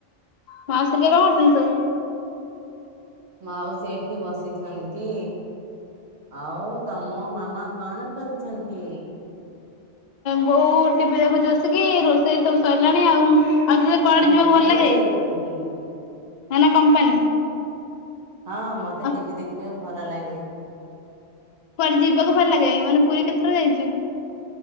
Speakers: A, on the left; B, on the right.
A: ମାଉସିହରିକା କଣ କରୁଛନ୍ତି ସବୁ?
B: ମାଉସି ଏଠି ବସିଛନ୍ତି। ଆଉ ତମ ମାମା କଣ କରୁଛନ୍ତି?
A: ବୋଉ ଟିଭି ଦେଖୁଛୁ ବସିକି ରୋଷେଇ ସବୁ ସରିଲାଣି ଆଉ। ଆଉ ତୋତେ କୁଆଡେ
B: ଆଉ ନନା
A: ଯିବାକୁ ଭଲ
B: କୁଆଡେ
A: ଲାଗେ,
B: ଯାଇଛନ୍ତି?
A: ନା ନା କମ୍ପାନୀ।
B: ହଁ, ମତେ
A: ଆଉ
B: ଟିଭି ଦେଖିବାକୁ ଭଲ ଲାଗେ।
A: କୁଆଡେ ଯିବାକୁ ଭଲ ଲାଗେ? ମାନେ ପୁରୀ କେତେଥର ଯାଇଛୁ?